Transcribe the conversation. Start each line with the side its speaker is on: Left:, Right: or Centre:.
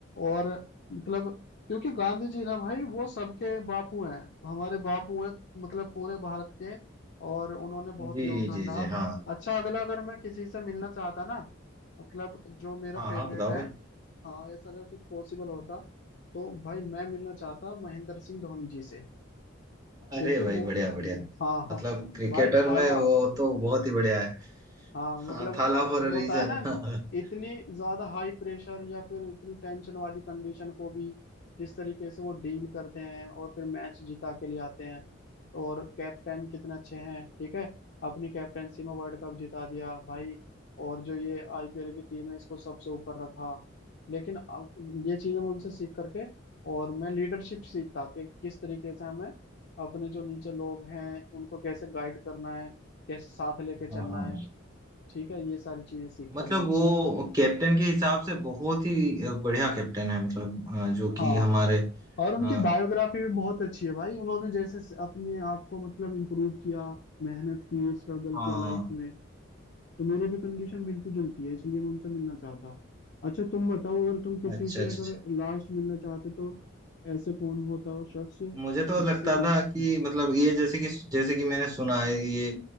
Left: और मतलब क्योंकि गांधी जी ना भाई वो सबके बापू हैं हमारे बापू हैं मतलब पूरे भारत के और उन्होंने बहुत
Right: जी
Left: योगदान
Right: जी
Left: रहा
Right: जी हाँ
Left: अच्छा अगला अगर मैं किसी से मिलना चाहता ना मतलब जो मेरा
Right: हाँ
Left: फेवरेट
Right: हाँ बताओ
Left: है
Right: भाई
Left: हाँ ऐसा अगर कुछ पॉसिबल होता तो भाई मैं मिलना चाहता महेंद्र सिंह धोनी जी से क्योंकि
Right: अरे भाई
Left: वो
Right: बढ़िया बढ़िया
Left: हाँ हाँ
Right: मतलब क्रिकेटर
Left: भाई थाला
Right: में वो तो बहुत ही बढ़िया है
Left: हाँ मतलब
Right: हाँ थाला फॉर
Left: होता
Right: रीजन
Left: है ना
Right: <laughs>
Left: इतनी ज्यादा हाई प्रेशर या फिर इतनी टेंशन वाली कंडीशन को भी जिस तरीके से वो डील करते हैं और फिर मैच जिता के लिए आते हैं और कैप्टन कितने अच्छे हैं ठीक है अपनी कैप्टनसी में वर्ल्ड कप जिता दिया भाई और जो ये आईपीएल की टीम है इसको सबसे ऊपर रखा लेकिन अब ये चीजें मैं उनसे सीख करके और मैं लीडरशिप सीखता कि किस तरीके से हमें अपने जो नीचे लोग हैं उनको कैसे गाइड करना है कैसे साथ लेके चलना
Right: हाँ
Left: है ठीक है ये सारी चीजें सीखता
Right: मतलब
Left: मैं उनसे
Right: वो कैप्टन के हिसाब से बहुत ही बढ़िया कैप्टन है मतलब अ, जो
Left: हाँ
Right: कि हमारे
Left: और उनकी
Right: अ,
Left: बायोग्राफी भी बहुत अच्छी है भाई उन्होंने जैसे से अपने आप को मतलब इम्प्रूव किया मेहनत की स्ट्रगल
Right: हाँ
Left: किया लाइफ में तो मेरी भी कंडीशन मिलती जुलती है इसलिए मैं उनसे मिलना चाहता अच्छा तुम बताओ अगर तुम किसी
Right: अच्छा
Left: से
Right: अच्छा
Left: अगर
Right: अच्छा।
Left: लास्ट मिलना चाहते तो ऐसे कौन होता हो शख्स
Right: मुझे तो
Left: जिससे
Right: लगता
Left: मिलना
Right: था
Left: चाहते
Right: कि मतलब ये जैसे कि जैसे कि मैंने सुना है ये